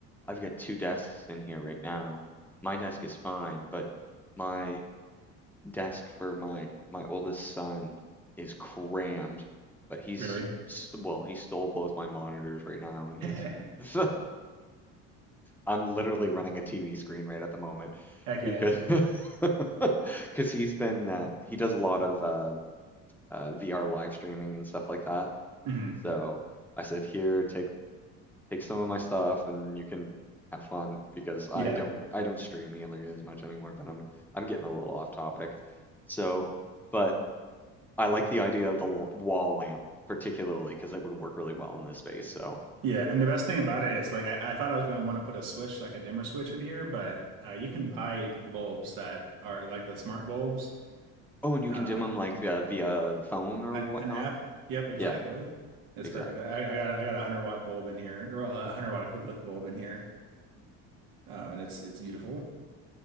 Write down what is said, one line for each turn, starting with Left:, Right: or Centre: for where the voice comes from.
Centre: I've got two desks in here right now. My desk is fine, but my desk for my my oldest son is crammed, but he's
Right: Really?
Centre: st- well, he stole both my monitors right now, and he's
Right: <laughs> Heck
Centre: <laughs> I'm literally running a TV screen right at the moment
Right: yeah.
Centre: because <laughs> because he's been uh, he does a lot of uh, uh, VR live streaming and stuff like that.
Right: hmm
Centre: So I said, here, take take some of my stuff, and you can have fun because I
Right: Yeah.
Centre: don't I don't stream nearly as much anymore, but I'm I'm getting a little off topic. So, but I like the idea of the l- wall lamp particularly because it would work really well in this space. So,
Right: Yeah. And the best thing about it is like I, I thought I was gonna want to put a switch, like a dimmer switch in here, but uh, you can buy bulbs that are like the smart bulbs.
Centre: oh, and you
Right: Um,
Centre: can dim them like uh, via phone or
Right: an,
Centre: whatnot.
Right: an app. Yep, exactly.
Centre: Yeah,
Right: It's
Centre: exactly.
Right: perfect. I, I got a- I got a hundred watt bulb in here, or a hundred watt equivalent bulb in here. um, and it's it's beautiful.